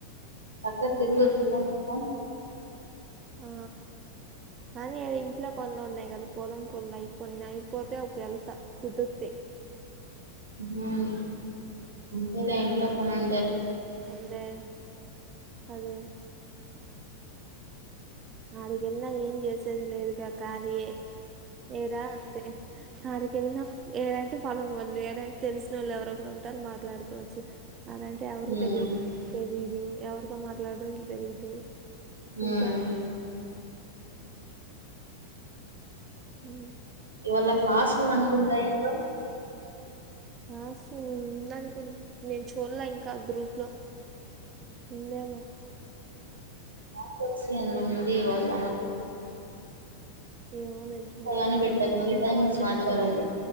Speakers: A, on the right; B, on the right.
A: చక్కగా
B: <unintelligible>
A: తిరగొచ్చుగా మొత్తం
B: ఆ కానీ అది ఇంట్లో పనులు ఉన్నాయి కదా పొలం పొనులు అయిపోన్ని అయిపోతే అప్పు డెళ్తా కుదుతే <inaudible>
A: ఉమ్ అంతేలే ఇంట్లో పనై
B: అన్ దే అదే ఆదికేల్నా ఏం చేసేదిలేదు క్క కాలియే ఏడా అంతే ఆడికేల్నా ఏదైతే ఫలం వళ్ళు ఏదైతే తెలిసిన వాళ్ళు ఎవరో ఒకరు ఉంటారు మాట్లాడుకోవచ్చు అలాంటే ఎవరు
A: మ్మ్
B: తెలి తెలీదు ఎవరితో మాట్లాడాలో తెలీదు
A: మ్మ్
B: ఇంకాడా ఉ
A: ఇవాళ క్లాస్ ఉంద అనుకుంటా ఏంటో
B: క్లాసు ఉందనుకు నేను చూల్లా ఇంకా గ్రూప్ లో ఉందేమో
A: క్లాసొచ్చి ఉందిఇవాల
B: ఏమో నేన్ చూల్లా
A: అని పెట్టారు మళ్ళీ
B: అయినా
A: టైమింగ్స్
B: వాళ్ళ
A: మార్చారండి
B: ఏం చెప్